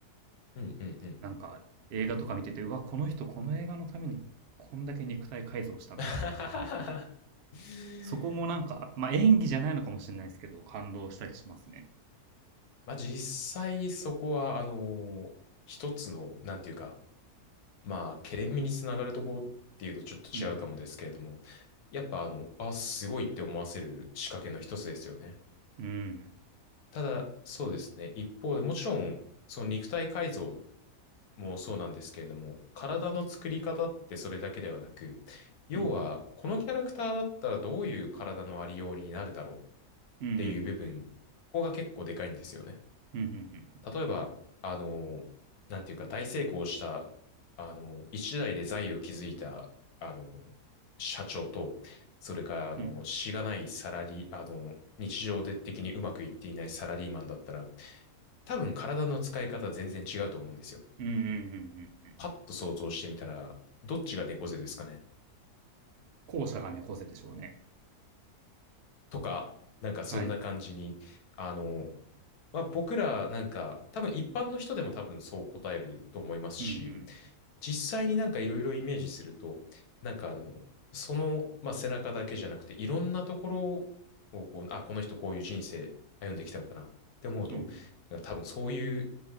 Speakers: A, on the left; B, on the right.
A: うんうんうんうん
B: なんか映画とか見てて、うわ、この人この映画のためにこんだけ肉体改造したのかとか、
A: <laughs>。
B: そこもなんか、まあ演技じゃないのかもしれないですけど、感動したりしますね。
A: まあ実際そこは、あのー一つの、なんていうか、まあ、ケレン味につながるとこっていうとちょっと違うかもですけれども、
B: うん
A: やっぱあの、あ、すごいって思わせる仕掛けの一つですよね。
B: うん。うん。
A: ただ、そうですね。一方でもちろん、その肉体改造もそうなんですけれども、体の作り方ってそれだけではなく、要は、
B: うんうん。
A: このキャラクターだったらどういう体のありようになるだろうっ
B: うんう
A: ていう部分、
B: ん
A: ここが結構でかいんですよね。
B: うんうん。うんうんうん。
A: 例えば、あの、なんていうか、大成功した、あの、一代で財を築いた、あの、社長と、それから、あの、
B: うん
A: しがないサラリー、あの、日常で的にうまくいっていないサラリーマンだったら、多分体の使い方は全然違うと思うんですよ。
B: うんうんうんうん
A: パッと想像してみたら、どっちが猫背ですかね
B: 後者が猫背でしょうね。
A: とか、なんかそんな感じに、
B: はい。
A: あの、まあ、僕らなんか多分一般の人でも多分そう答えると思いますし、
B: うん
A: 実際になんかいろいろイメージすると、なんかあの、その、まあ、背中だけじゃなくていろんなところをこう、あ、この人こういう人生歩んできたのかなって思うと、
B: うん。うん
A: なんか多分そういう